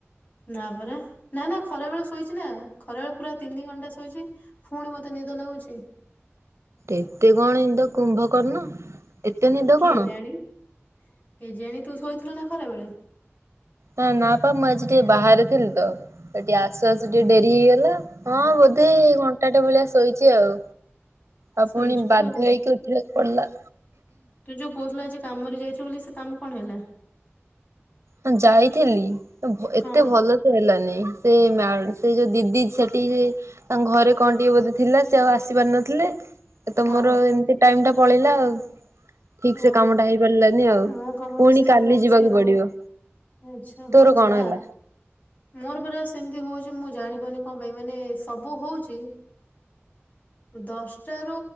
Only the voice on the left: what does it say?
ନା ପରା ନା ନା ଖରା ବେଳେ ଶୋଇଚି ନା ଖରା ବଳେ ପୁରା ତିନି ଘଣ୍ଟା ଶୋଇଚି ଫୁଣି ମ ତେ ନିଦ ଲାଗୁଚି।
କେ
ଜାଣି କେ ଜାଣି ତୁ ଶୋଇଥିଲୁ ନା ଖରା ବେଳେ?
ଆଚ୍ଛା
ଶୋଇଛୁ
ତ ଆଉ
ତୁ ଯୋଉ କୋହୁଥିଲୁ ଆଜି କାମରେ ଯାଇଥିଲୁ ବୋଲି ସେ କାମ କଣ ହେଲା?
ହଁ
ହଁ
ହଁ
ମୋ କାମ
ବି ସେୟା
ତ ହଉଛି
ଆଉ।
ଆଚ୍ଛା
ହୋଉ
ଯା
ମୋର ପରା ସେମିତି ହୋଉଚି ମୁଁ ଜାଣି ପା ମାନେ କପାଇଁ ମାନେ ସବୁ ହୋଉଚି। ଦଶଟା ରୁ